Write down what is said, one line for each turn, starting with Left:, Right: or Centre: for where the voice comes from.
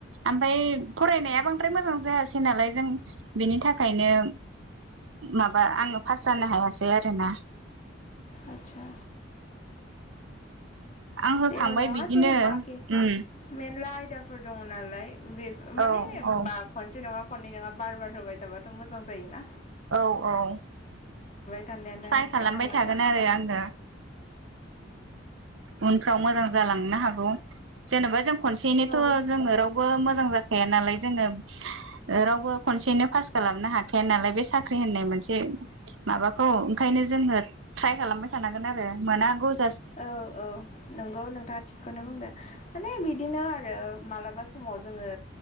Right: ओमफ्राय फरायनाया बांद्राय मोजां जायासै नालाय। जों बेनि थाखायनो माबा आङो फास जानो हायासै रायलायना
Left: आचसा
Right: आं होखांबाय
Left: जेबो नङा
Right: बिदिनो
Left: दे बाखि
Right: उम
Left: मेनला आय दङ नालाय मान
Right: औ औ
Left: ब खनसे नङा खननै नोङा बार बार होबाय थाबाथ' मोजां जायो ना
Right: औ औ।
Left: थानायानो
Right: ट्राइ खालामबाय
Left: गाहाम
Right: थागोन
Left: इयुनाव।
Right: आरो आङो। उनफ्राव मोजां जालांनो हागौ। जेन'बा जों खनसेनिथ'
Left: औ
Right: जोङो रावबो मोजां जाखाया नालाय जोङो। ओ रावबो खनसेनो पास खालामनो हाखाया नालाय बे साख्रि होननाय मोनसे माबाखौ खायनो जोङो ट्राइ खालामबाय थानांगोन आरो मोना गुज
Left: औ औ नंगौ नोंथाङा थिगखौनो बुंदो माने बिदिनो आरो ओ मालाबा समाव जोङो